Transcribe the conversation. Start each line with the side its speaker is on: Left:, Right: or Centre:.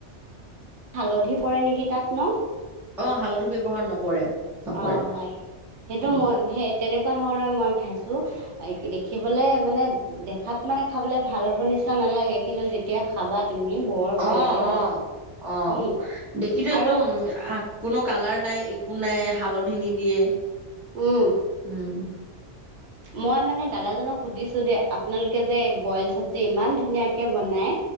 Right: হালধি পৰাই নেকি তাত ন?
Centre: অ হালধি ব্যৱহাৰ নকৰে। নকৰে
Right: অ হয়, সেইটো
Centre: উম
Right: মই সেই তেনেকুৱা ধৰণৰ মই খাইছো। দেখিবলৈ মানে দেখাত মানে খাবলে ভাল হ'ব নিচিনা নালাগে, কিন্তু যেতিয়া খাবাত তুমি বৰ ভাল
Centre: অ
Right: লাগে
Centre: অ অ
Right: উম
Centre: দেখিতো
Right: আৰু
Centre: একদম কোনো কালাৰ নাই একো নাই হালধি নিদিয়ে।
Right: উম
Centre: উম।
Right: মই মানে দাদাজনক সুধিছো দেই আপোনালোকে যে বইল চব্জি ইমান ধুনীয়াকে বনাই।